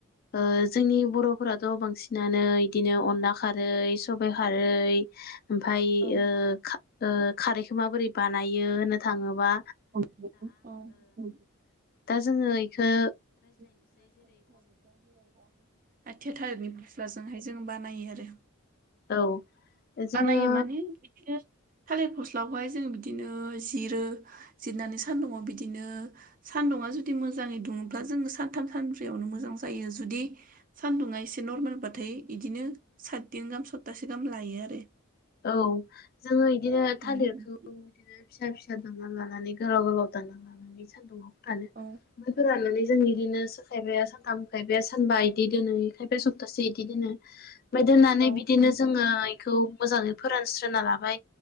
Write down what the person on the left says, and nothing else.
ओ जोंनि बर'फोराथ' बांसिनानो इदिनो अनला खारै सबाइ खारै ओमफाय
ओ खा ओ खारैखौ माबोरै बानायो होननो थांङोबा
दा जोंङो इखौ
औ जोङो
औ जोंङो इदिनो
थालिरखौ बिदिनो फिसा फिस फिसा दानना लानानै गोलाव गोलाव दानना लानानै सान्दुंङा फोरानो
ओमफ्राय फोराननानै जों इदिनो सो खायफाया सानथाम खायफाया सानबा बिदि दोनो बे खायफाया सप्तासे बिदि दोनो। ओमफ्राय दोननानै
बिदिनो
जोंङो इखौ मोजाङै फोरानस्रोना लाबाय